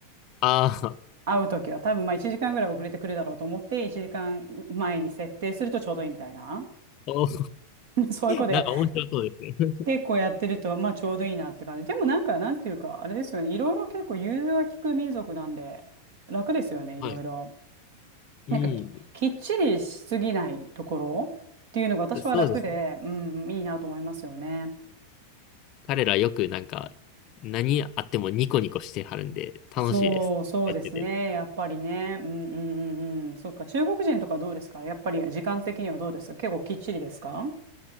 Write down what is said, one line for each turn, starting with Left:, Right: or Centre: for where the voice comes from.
Left: ああ、
Right: 会うときは多分まあ1時間ぐらい遅れてくるだろうと思って1時間前に設定するとちょうどいいみたいな。
Left: <laughs> お
Right: <laughs> そういうことや
Left: なんか面白そうですね。
Right: 結構やってるとまあちょうどいいなって感じ。
Left: <laughs>
Right: でもなんかなんていうかあれですよね。いろいろ結構融通が利く民族なんで楽ですよね。いろいろ。
Left: はい。う
Right: なんかき、きっちりしすぎないところっていうのが私は楽で、
Left: ん、そうですね。
Right: うん、いいなと思いますよね。
Left: 彼らよくなんか、何あってもニコニコしてはるんで、楽しいです。
Right: そう、そうですね。
Left: やってて。
Right: やっぱりね。うんうんうんうん。そっか。中国人とかどうですかやっぱり時間的にはどうですか結構きっちりですか